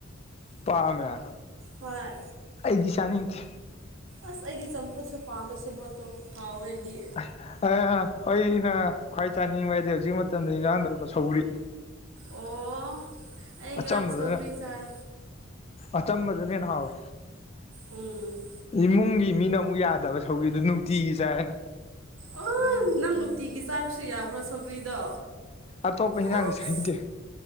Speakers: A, on the left; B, on the right.
A: ꯄꯥꯃꯦ
B: ꯍꯣꯏ
A: ꯑꯩꯗꯤ ꯆꯥꯅꯤꯡꯗꯦ
B: ꯑꯁ ꯑꯩꯗꯤ ꯆꯝꯐꯨꯠꯁꯨ ꯄꯥꯝꯃꯦ ꯁꯤꯦ ꯄꯣꯠꯇꯣ ꯍꯥꯎꯋꯦ ꯑꯩꯗꯤ
A: ꯑ ꯍꯣꯏ ꯑꯩꯅ ꯈ꯭ꯋꯥꯏ ꯆꯥꯅꯤꯡꯕꯗꯤ ꯍꯧꯖꯤꯛ ꯃꯇꯝꯗ ꯏꯔꯥꯡꯗꯀꯣ ꯁꯧ꯭ꯔꯤ
B: ꯑꯣ ꯑꯩ
A: ꯑꯆꯝꯕꯗꯅ
B: ꯉꯔꯥꯡ ꯁꯧꯒ꯭ꯔꯤ ꯆꯥꯏ
A: ꯑꯆꯝꯕꯗꯅ ꯍꯦꯟꯅ ꯍꯥꯎꯋꯦ
B: ꯎꯝ
A: ꯏꯃꯨꯡꯒꯤ ꯃꯤꯅ ꯑꯃꯨꯛ ꯌꯥꯗꯕ ꯁꯧꯒꯤꯗꯨ ꯅꯨꯡꯇꯤꯒꯤ ꯆꯥꯏꯌꯦꯅ
B: ꯑꯣ ꯅꯪ ꯅꯨꯡꯇꯤꯒꯤ ꯆꯥꯔꯨꯁꯨ ꯌꯥꯕ꯭ꯔꯣ ꯁꯧꯒ꯭ꯔꯤꯗꯣ
A: ꯑꯇꯣ ꯄꯅꯥꯒꯤ
B: ꯑꯁ
A: ꯁꯗꯦ